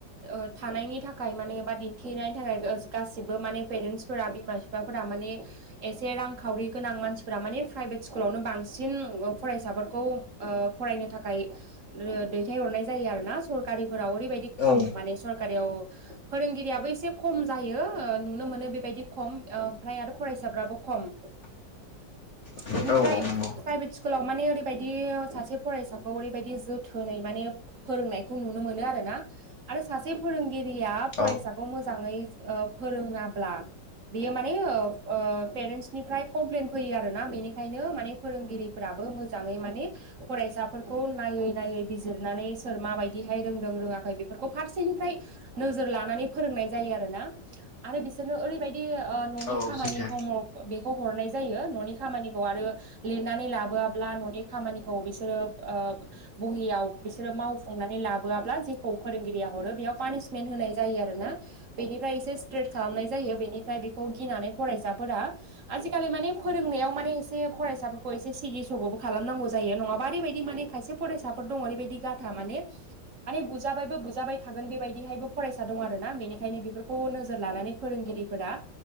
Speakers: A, on the right; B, on the left.
A: ओ थानायनि थाखाय मानेबा दिन्थिनायनि थाखाय गासिबो माने पेरेन्टसफोरा बिमा बि फा माने एसे रांखावरि गोनां मानसिफोरा माने प्राइभेट स्कुलावनो बांसिन फरायसाफोरखौ ओ फरायनो थाखाय ओ दैथायहरनाय जायो आरो ना सरकारिफोराव ओरैबायदि खम
B: औ
A: माने सरकारियाव फोरोंगिरियाबो एसे खम जायो ओ नुनो मोनो बेबायदि खम ओ ओमफ्राय आरो फरायसाफ्राबो खम
B: <inaudible>
A: बेनिफ्राय
B: औ औ नंगौ
A: प्राइभेट स्कुलाव माने ओरैबायदि सासे फरायसाखौ ओरैबायदि जथ थोनै माने फोरोंनायखौ नुनो मोनो आरोना आरो सासे फोरोंगिरिया
B: औ
A: फरायसा
B: औ
A: खौ मोजाङै ओ फोरोङाब्ला बेयो माने ओ ओ पेरेन्टसनिफ्राय कमप्लेन फैयो आरो ना बेनिखायनो माने फोरोंगिरिफ्राबो मोजाङै माने फरायसाफोरखौ नायै नायै बिजिरनानै सोर माबायदिहाय रोंदों रोङाखै बेफोरखौ फारसेनिफ्राय नोजोर लानानै फोरोंनाय जायो आरोना आरो बिसोरनो ओरैबायदि बिदि ओ न'नि
B: औ
A: खामानि
B: दे
A: हमवर्क बेखौ हरनाय जायो न'नि खामानिखौ आरो लिरनानै लाबोआाबब्ला न'नि खामानिखौ बिसोरो ओ बहियाव बिसोरो मावफुंनानै लाबोआब्ला जेखौ फोरोंगिरिया हरो बेयाव पानिसमेन्ट होनाय जायो आरो ना बेनिफ्राय एसे स्ट्रेट खालामनाय जायो बेनिफ्राय बेखौ गिनानै फरायसाफोरा आजिखालि माने फोरोंनायाव माने एसे फरायसाफोरखौ एसे सिगिसग'बो खालामनांगौ जायो नङाबा ओरैबायदि माने खायसे फरायसाफोर दङ ओरैबायदि गाधा माने माने बुजाबायबो बुजाबाय थागोन बेबायदिहायबो फरायसा दं आरो ना बेनिखायनो बेफोरखौ नोजोर लानानै फोरोंगिरिफोरा